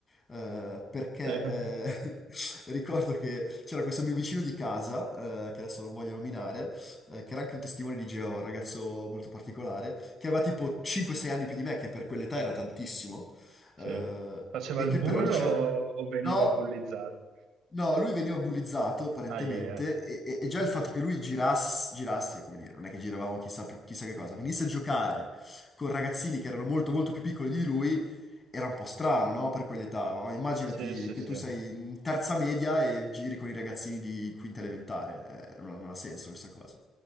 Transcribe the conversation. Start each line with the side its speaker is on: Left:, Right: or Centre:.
Left: eh, perché
Right: Sì,
Left: eh, <laughs> ricordo che c'era questo mio vicino di casa, eh, che adesso non voglio nominare, eh, che era anche un testimone di Geova, un ragazzo molto particolare, che aveva tipo 5-6 anni più di me, che per quell'età era tantissimo
Right: sì.
Left: eh,
Right: Faceva
Left: e
Right: il
Left: che
Right: bullo
Left: però diciamo,
Right: o, o veniva
Left: no.
Right: bullizzato?
Left: No, lui veniva bullizzato apparentemente
Right: Ai ai ai.
Left: e, e- e già il fatto che lui girasse, girasse, come dire, non è che giravamo chissà, più- chissà che cosa, venisse a giocare con ragazzini che erano molto molto più piccoli di lui, era un po' strano, no? Per quell'età, no? Immaginati
Right: Sì, sì,
Left: che
Right: sì.
Left: tu sei in terza media e giri con i ragazzini di quinta elementare, eh, non ha non ha senso questa cosa.